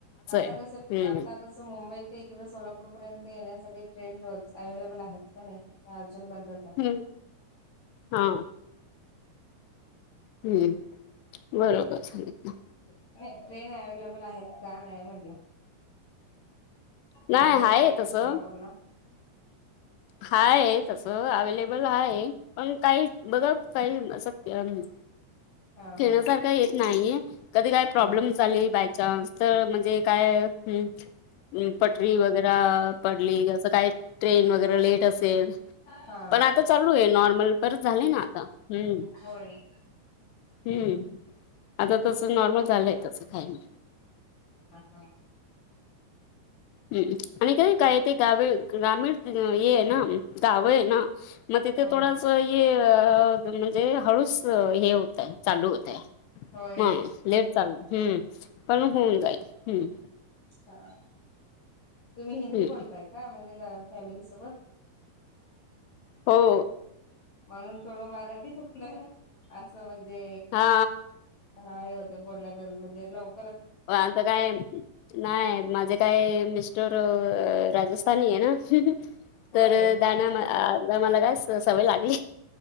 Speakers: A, on the left; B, on the left.
A: आता
B: हम्म
A: कस आता तसं मुंबई ते इकडे सोलापूर पर्यंत येण्यासाठी ट्रेन अवलेबल आहेत का नाही हा अर्जुून बंदच
B: ह् हा हम्म बरोबर सग
A: नाही ट्रेन अव्लेबल आहेत का नाही म्हटलं
B: नाही
A: मुंबई
B: आहे
A: ते एककडे
B: तसं
A: सोलापूर ला
B: हाय तस अवेलेबल हाय पण काही बघत काही न सक्य आम्ही
A: हा
B: ठेण्यासारखा
A: हा
B: येत नाहीये कधी काय
A: हा
B: प्रॉब्लेम झालेली बाईक चां तर म्हणजे काय ह् पटरी वगैरे पडलीसं काय ट्रेन वगैरे लेट अस ते
A: हा
B: पण आता चालू आहे नॉर्मल परत झाले ना आता ह्
A: होय
B: हम्म आता तस नॉर्मल झालंय तस खायन
A: ह हा
B: हम्म आणि काही काय ते गावी ग्रामीण हे आहे ना गाव आहे ना मग तिथे
A: हो
B: थोडास म्हणजे हळूस हे होतय चालू होतय
A: होय
B: म लेट चालू हम्म पण होऊन जाईल हम्म
A: हा तुम्ही हिंदी
B: हम्म
A: बोलताय का म्हणजे फॅमिली सोबत
B: हो
A: म्हणून थोडं मराठीतथडं असं म्हणजे
B: हा
A: हा हे होते बोलण्या म्हणजे लव
B: वाता काय नाही माझे काय मिस्टर राजस्थानी आहे ना
A: होय
B: तर दण्या मला काय सवय लागली